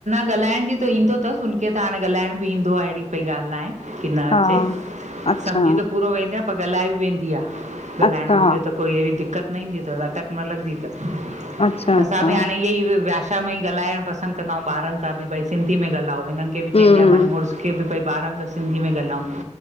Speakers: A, on the right; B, on the left.
A: ॻाल्हण भी त इंदो तस उनखे हाणे ॻाल्हण बी इंदो आ एहड़ी कोई ॻाल्ह न आहें किॾा अचे
B: हा अच्छा,
A: समझी त पूरो वेन्दम प ॻाल्हाए बि वेंदी आ ॻाल्हणो
B: अच्छा,
A: हुजे त कोई एहड़ी दिक़्कत न इंदी तस अटक मतलब कि न लॻंदी तस
B: अच्छा,
A: असां
B: अच्छा,
A: बि हाणे इअं ई भाषा में ई ॻाल्हाण पसंद कंदा आह्युं ॿारअन सां बि भई सिंधी में ॻाल्हओ उनन खे बि
B: हम्म,
A: चैंयदी आ मां मुरस खे बि भई ॿारअन सां सिन्धी में ॻाल्हुं